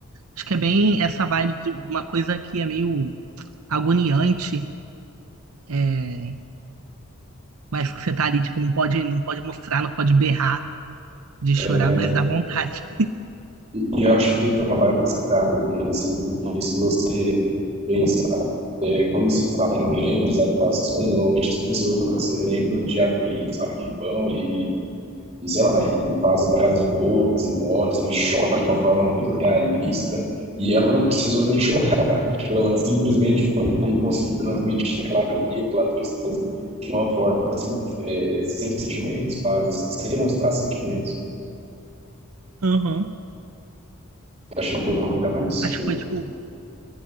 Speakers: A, on the right; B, on the right.
A: Acho que é bem essa vibe de uma coisa que é meio agoniante, é, mas que você tá ali, tipo, não pode, não pode mostrar, não pode berrar de
B: É,
A: chorar, mas dá vontade.
B: e, e eu acho que foi uma baita sacada dele, assim, porque se você pensa É, quando se fala em grandes atuações, normalmente as pessoas lembram de atrizes lá que vão e, e, sei lá, e fazem caras boas e mostram e choram de uma forma muito realista. E ela não precisou nem <laughs> chorar. Tipo, ela simplesmente foi e conseguiu transmitir aquela agonia, aquela tristeza de uma forma assim, é, é, sem sentimentos, quase, sem demonstrar sentimentos.
A: Aham.
B: Achei bem isso
A: Acho
B: do,
A: que foi, tipo,